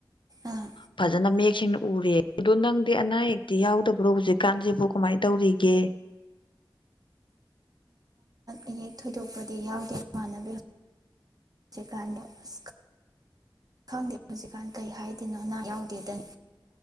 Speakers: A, on the right; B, on the left.
A: ꯑꯥ
B: ꯐꯖꯅ ꯃ ꯁꯦꯡꯅ ꯎꯔꯦ ꯑꯗꯣ ꯅꯪꯗꯤ ꯑꯅꯥ ꯑꯌꯦꯛꯇꯤ ꯌꯥꯎꯗꯕ꯭ꯔꯣ ꯍꯧꯖꯤꯛꯀꯥꯟꯁꯤꯕꯨ ꯀꯃꯥꯏꯅ ꯇꯧꯔꯤꯒꯦ
A: ꯑꯌꯦꯛ ꯊꯣꯏꯗꯣꯛꯄꯗꯤ ꯌꯥꯎꯗꯦ ꯏꯃꯥꯟꯅꯕꯤ ꯍꯧꯖꯤꯛꯀꯥꯟꯗ ꯑꯁ ꯈꯪꯗꯦ ꯍꯧꯖꯤꯛꯀꯥꯟꯗꯤ ꯀꯩ ꯍꯥꯏꯗꯣꯏꯅꯣ ꯅꯥ ꯌꯥꯎꯗꯦꯗ